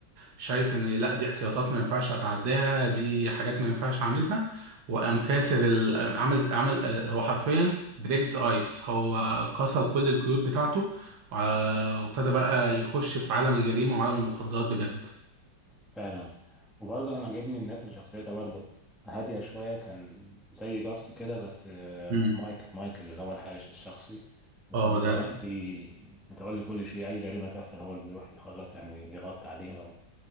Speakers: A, on the right (about 85°); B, in the centre.
A: شايف ان لا دي احتياطات ما ينفعش اتعداها دي حاجات ما ينفعش اعملها وقام كاسر ال... عمل عمل آه، هو حرفيا بريك ذا ايس هو كسر كل القيود بتاعته وع- وابتدى بقى يخش في عالم الجريمة وعالم المخدرات بجد
B: فعلا وبرضه انا عاجبني الناس اللي شخصيتها برضه هادية شوية كان زي جاس كده بس آه،
A: مم.
B: مايكل مايكل اللي هو الحارس الشخصي اللي
A: اه
B: كان متولي
A: ده
B: متولي كل شيء أي جريمة تحصل هو اللي بيروح يخلص يعني ويغطي عليها و-